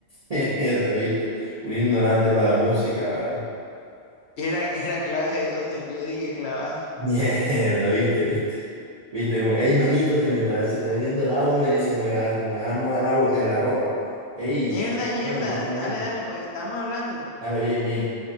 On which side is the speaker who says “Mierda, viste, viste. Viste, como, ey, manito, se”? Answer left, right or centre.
Right